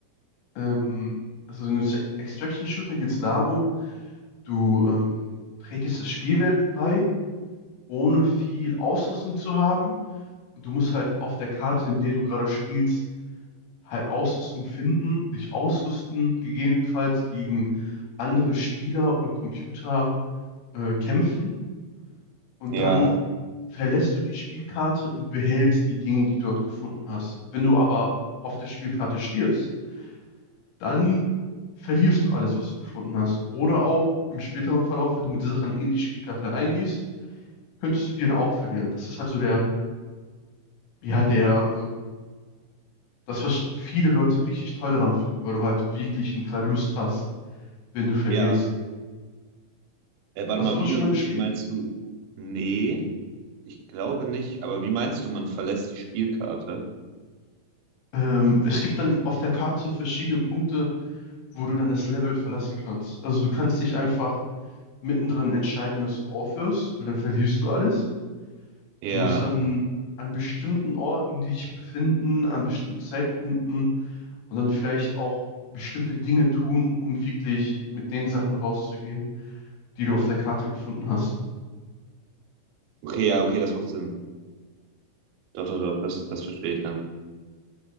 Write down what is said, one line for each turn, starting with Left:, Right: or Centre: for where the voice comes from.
Left: Ähm, also in einem Se- Extraction-Shooter geht es darum, du ähm, trägst das Spielwelt bei, ohne viel Ausrüstung zu haben. Und du musst halt auf der Karte, in der du gerade spielst, halt Ausrüstung finden, dich ausrüsten, gegebenenfalls gegen andere Spieler oder Computer äh, kämpfen und
Right: Ja.
Left: dann verlässt du die Spielkarte und behältst die Dinge, die du dort gefunden hast. Wenn du aber auf der Spielkarte stirbst, dann verlierst du alles, was du gefunden hast. Oder auch im späteren Verlauf, wenn du mit Sachen in die Spielkarte reingehst, könntest du die dann auch verlieren. Das ist halt so der, ja, der, äh, das, was viele Leute richtig toll daran finden, weil du halt wirklich einen Verlust hast. wenn du verlierst.
Right: Ja. Äh, warte
Left: Hast
Right: mal,
Left: du sowas
Right: wie,
Left: schon
Right: me-
Left: mal gespielt?
Right: wie meinst du? Nee, ich glaube nicht. Aber wie meinst du, man verlässt die Spielkarte?
Left: Ähm, es gibt dann auf der Karte verschiedene Punkte, wo du dann das Level verlassen kannst. Also du kannst nicht einfach mittendrin entscheiden, dass du aufhörst, weil dann verlierst du alles.
Right: Ja.
Left: Du musst dann an bestimmten Orten dich befinden, an bestimmten Zeitpunkten und dann vielleicht auch bestimmte Dinge tun, um wirklich mit den Sachen rauszugehen, die du auf der Karte gefunden hast.
Right: Okay, ja, okay, das macht Sinn. Doch, doch, doch, das, das verstehe ich dann.